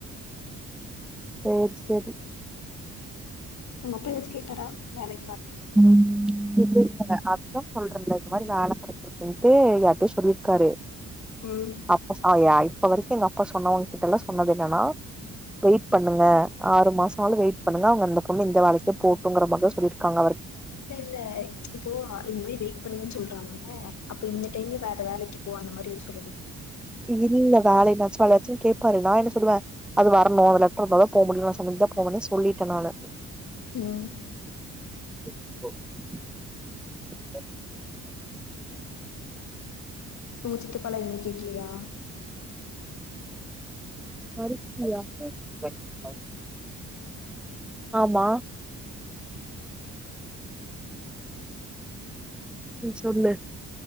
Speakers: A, in the centre; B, on the left.
A: செரி செரி
B: உங்கப்ப எதாச்சும் கேட்டாரா வேலை
A: உம் இ அதுதான் சொல்றேன்ல <unintelligible> இது மாதிரி நான் அனுப்புற இருக்கன்ட்டு யாரிட்டயோ சொல்லிருக்காரு
B: ம்
A: அப்ப <unintelligible> இப்ப வரைக்கும் எங்க அப்பா சொன்னவங்க கிட்ட எல்லாம் சொன்னது என்னன்னா வெயிட் பண்ணுங்க ஆறு மாசம் ஆவது வெயிட் பண்ணுங்க அவுங்க இந்த பொண்ணு இந்த வேலைக்கே போட்டும்கிற மாதிரி தா சொல்லிருக்காங்க
B: இல்லல்ல இப்போ இந் மாரி வெயிட் பண்ணுங்கன்னு சொல்றாங்க அ அப்ப இந்த டைம்ல வேற வேலக்கு போக அ மாதிரிது சொல்லிடிங்க
A: இதிதின்ங் வேலல்ல சொல்ல கேப்பாரு நா என்ன சொல்லுவே அது வரணு அந்த லெட்டர் இருந்தா தா போ முடியு நா சமச்சுதா போவேன்னு சொல்லிட்டே நானு
B: <unintelligible>
A: <inaudible>
B: உங்க சித்தப்பாலா எதுமே கேக்கலியா
A: <inaudible> ஆமா ம் சொல்லு